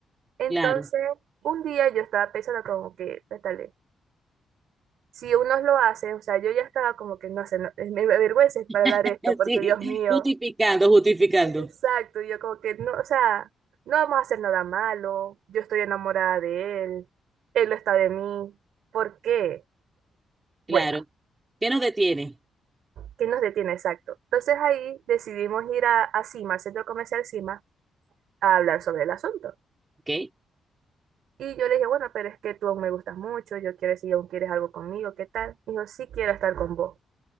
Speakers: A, on the right; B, on the right.
A: Entonces,
B: Claro,
A: un día yo estaba pensando como que, pétale, si unos lo hacen, o sea, yo ya estaba como que, no sé, no- me avergüenza para hablar
B: <laughs>
A: esto, porque
B: sí,
A: Dios mío.
B: justificando, justificando.
A: Exacto, yo como que no, o sea, no vamos a hacer nada malo, yo estoy enamorada de él, él lo está de mí, ¿por qué?
B: Claro,
A: Bueno,
B: ¿qué nos detiene?
A: ¿qué nos detiene exacto? Entonces ahí decidimos ir a, a Cima, al centro comercial Cima, a hablar sobre el asunto.
B: Ok,
A: Y yo le dije, bueno, pero es que tú aún me gustas mucho, yo quiero, si aún quieres algo conmigo, ¿qué tal? Dijo, sí quiero estar con vos.